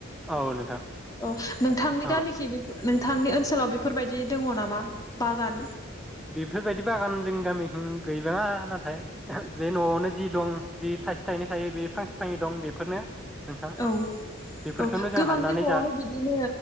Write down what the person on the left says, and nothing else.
औ नोंथांनि
गामिखि बेफो नोंथांनि ओनसोलाव बेफोरबायदि दङ' नामा? बागान
औ
औ
गोबांनि
न'आवनो
बिदिनो